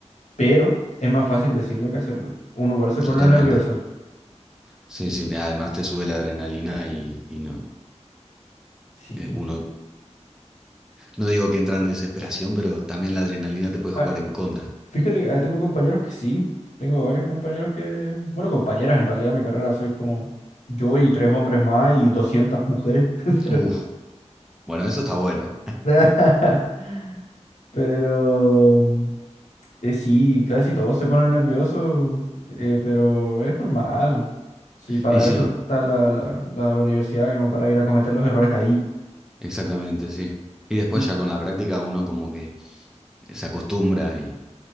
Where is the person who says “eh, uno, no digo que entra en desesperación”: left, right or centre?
Centre